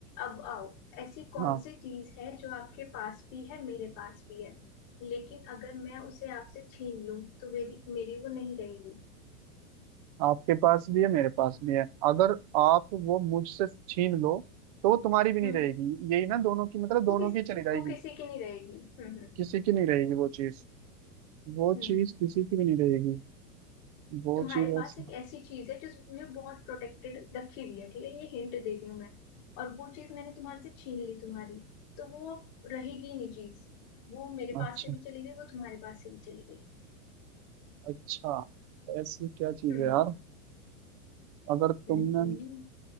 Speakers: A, on the left; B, on the right.
A: अब आओ ऐसी कौन
B: हाँ
A: सी चीज है जो आपके पास भी है मेरे पास भी है लेकिन अगर मैं उसे आपसे छीन लूं तो मेरी मेरी वो नहीं रहेगी
B: आपके पास भी है मेरे पास भी है अगर आप वो मुझसे छीन लो तो वो तुम्हारी भी नहीं
A: हम्म
B: रहेगी यही ना दोनों की मतलब
A: वो
B: दोनों
A: किस
B: की चली जाएगी
A: वो किसी की नहीं रहेगी हम्म हम्म
B: किसी की नहीं रहेगी वो चीज वो
A: हम्म।
B: चीज किसी की भी नहीं रहेगी वो
A: तुम्हारे
B: चीज
A: पास
B: ऐसी
A: एक ऐसी चीज है जिसमें बहुत प्रोटेक्टेड रखी हुई है ठीक है ये हिंट दे रही हूँ मैं और वो चीज मैंने तुम्हारे से छीन ली तुम्हारी तो वो अब रहेगी ही नहीं चीज वो मेरे
B: अच्छा
A: पास से भी चली गई वो तुम्हारे पास से भी चली गई
B: अच्छा ऐसी क्या चीज
A: हम्म
B: है यार अगर तुमने
A: हम्म हम्म।